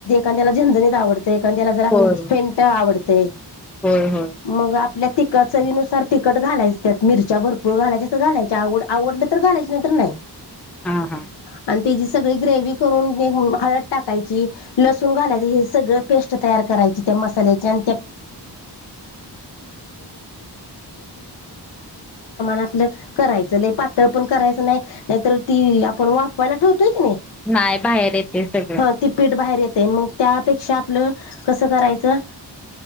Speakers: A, on the left; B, in the centre.
A: त्याला झणझणीत आपल्याला आवडत एखाद्याला जरा
B: होय
A: फेंट आवडतंय
B: होय हो
A: मग आपल्या तिखट चवीनुसार तिखट घालायच त्यात मिरच्या भरपूर घालायच्या तश्या घालायच्या आवड आवडलं तर घालायच नाही तर नाही
B: हा हा
A: आणि त्याची सगळी ग्रेव्ही करून हळद टाकायची लसूण घालायच हे सगळं पेस्ट तयार करायची <unintelligible> त्याप्रमाणे आपल करायच लय पातळ पण करायचं नाही नाहीतर ती आपण वाफव्हायला ठेवतो ठेवतोय कणी
B: नाही बाहेर येते सगळं
A: हा ती पीठ बाहेर येत येतय मग त्यापेक्षा आपल कस करायच अ